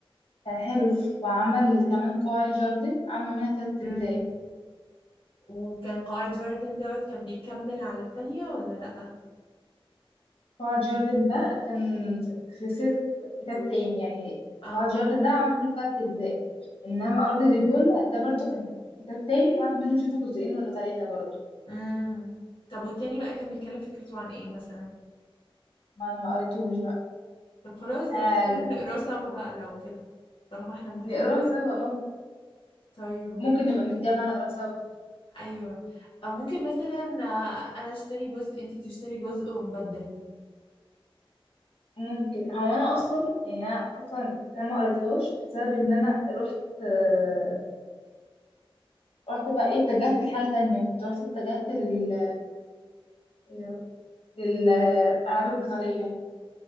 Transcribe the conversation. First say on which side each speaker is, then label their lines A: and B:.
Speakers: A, on the left; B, on the left.
A: كان حلو وعمل كمان قواعد جاردن عمل منها تلات أجزاء
B: امم وكان قواعد جارتن دوت كان بيكمل على التانية ولا لأ
A: قواعد جاردن ده كان في سلسلة كتاب تاني يعني
B: اه
A: قواعد جاردن ده عمل منه تلات أجزاء إنما أرض ديجول ده برضو كان كتاب تاني اتعمل منه مش عارفة جزئين ولا تلاتة برضو
B: امم طب والتاني بقى كان بيتكلم فكرته عن ايه مثلا
A: ما أنا ما قريتوش بقى
B: طب خلاص ده
A: أنا
B: هنقول نقراه سوا بقى لو كده طالما احنا مهتمين
A: نقراه سوا اه
B: طيب
A: ممكن
B: جيم
A: نبقى نتجمع نقراه سوا
B: ايوه او ممكن مثلا آه، انا اشتري جزء انتي تشتري جزء ونبدل
A: ممكن هو انا اصلا يعني انا اصلا انا ما قريتهاش بسبب ان انا رحت آه، رحت بقى ايه اتجهت لحاجه تانية كنت رحت اتجهت لل يا- للالعاب القتاليه